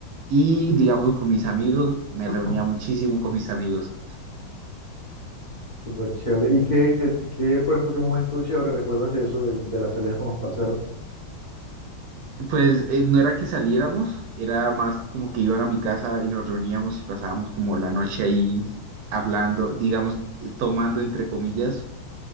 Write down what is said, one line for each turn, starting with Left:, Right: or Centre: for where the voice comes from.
Right: Y digamos, con mis amigos, me reunía
Left: Mm,
Right: muchísimo con mis amigos.
Left: Súper chévere. ¿Y qué, qué, qué, por ejemplo, qué momento chévere recuerdas de eso, de, de las salidas con los parceros?
Right: Pues eh, no era que saliéramos, era más como que iban a mi casa y nos reuníamos y pasábamos como la noche ahí hablando, digamos, eh, tomando entre comillas,